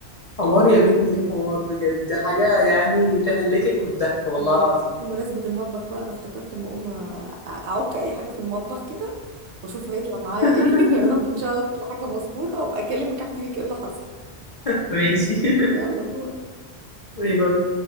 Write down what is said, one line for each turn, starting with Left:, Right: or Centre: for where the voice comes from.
Left: حوار يا بنتي حوار بجد حاجة يعني تهلكك من الضحك والله
Right: بمن-
Left: العظيم
Right: بمناسبة المطبخ بقى أنا افتكرت أما أقوم أ- أعك أي حاجة في المطبخ كده وأشوف هيطلع معايا
Left: <laughs>
Right: إيه <laughs> يا رب إن شاء الله تطلع حاجة مظبوطة وأبقى أكلمك أحكي لك إيه اللي حصل
Left: ماشي
Right: يلا باي
Left: باي باي